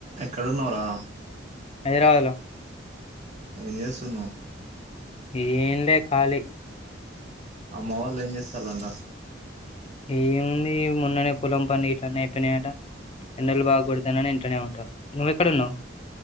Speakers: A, on the right; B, on the left.
A: ఎక్కడున్నావ్ రా
B: హైదరాబాద్ లో
A: ఏం జేస్తున్నావ్
B: ఏం లే కాళి
A: అమ్మ వాళ్లేం జేసలంట
B: ఏముంది మొన్ననే పొలం పని ఇట్లనే ఐపోయినాయట ఎండలు బాగ్ కొడతనని ఇంట్లనే ఉంటరు నువ్వెక్కడున్నావ్